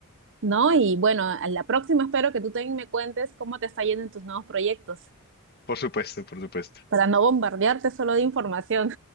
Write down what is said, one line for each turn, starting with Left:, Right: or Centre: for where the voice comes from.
Right: ¿No? Y bueno, a la próxima espero que tú también me cuentes cómo te está yendo en tus nuevos proyectos,
Left: Por supuesto, por supuesto.
Right: para no bombardearte solo de información.